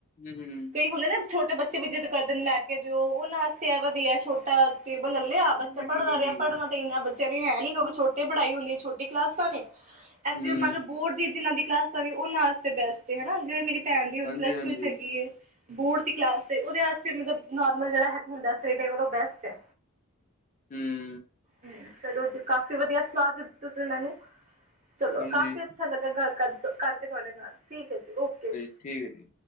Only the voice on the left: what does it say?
ਹੂੰ ਹੂੰ
ਹਾਂਜੀ
ਬਿਲਕੁਲ
ਬਿਲਕੁਲ
ਹੂੰ
ਹਾਂਜੀ
ਹਾਂਜੀ
ਹੂੰ
ਹਾਂਜੀ
ਠੀਕ ਏ ਜੀ